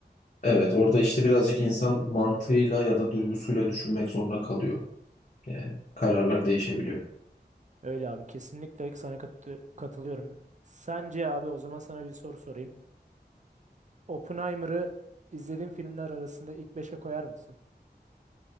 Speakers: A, on the left; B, on the right.
A: Evet, orada işte birazcık insan mantığıyla ya da duygusuyla düşünmek zorunda kalıyor. Yani kararlar değişebiliyor.
B: Öyle abi kesinlikle sana katı- katılıyorum. Sence abi o zaman sana bir soru sorayım. Oppenheimer'ı izlediğin filmler arasında ilk beşe koyar mısın?